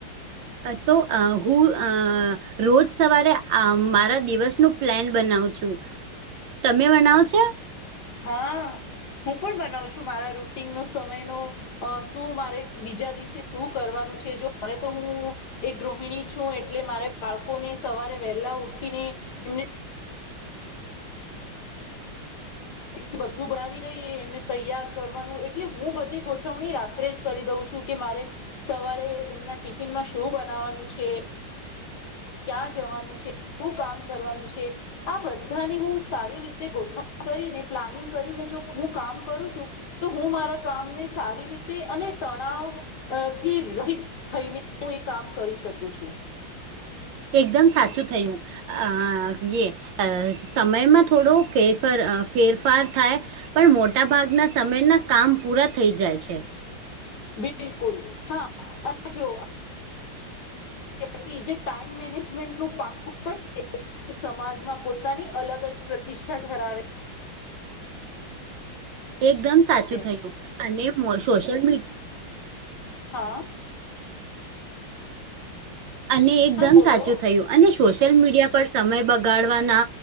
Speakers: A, on the right; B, on the left.
A: અ તો અ હું અ રોજ સવારે આમ મારા દિવસનું પ્લેન બનાવું છું. તમે બનાવો છો?
B: હા હું પણ બનાવું છું મારા રૂટીનનો, સમયનો અ શું મારે બીજા દિવસે શું કરવાનું છે. જો હવે તો હું એક ગૃહિણી છું એટલે મારે બાળકોને સવારે વહેલા ઉઠીને એમને એ બધું બનાવી દઈએ, એમને તૈયાર કરવાનું એટલે હું બધી ગોઠવણી રાત્રે જ કરી દઉં છું કે મારે સવારે એમના ટિફિનમાં શું બનાવાનું છે. ક્યાં જવાનું છે, શું કામ કરવાનું છે. આ બધાની હું સારી રીતે ગોઠવણ કરીને, પ્લાનિંગ કરીને જો હું કામ કરું છું. તો હું મારા કામને સારી રીતે અને તણાવ અ થી રહીત થઈને હું એ કામ કરી શકું છું.
A: એકદમ સાચું થયું. અ યે અ સમયમાં થોડો ફેરફર અ ફેરફાર થાય. પણ મોટા ભાગના સમયના કામ પૂરા થઈ જાય છે.
B: બિલકુલ. હા અને જો વ્યક્તિ જે ટાઈમ મેનેજમેન્ટનું પાકુ હોય છે. એ સમાજમાં પોતાની અલગ જ પ્રતિષ્ઠા ધરાવે
A: એકદમ સાચું
B: છે
A: થયું. અને મો સોશિયલ મીડ
B: હહ
A: અને એકદમ
B: હા બોલો
A: સાચું થયું. અને સોશિયલ મીડિયા પર સમય બગાડવાના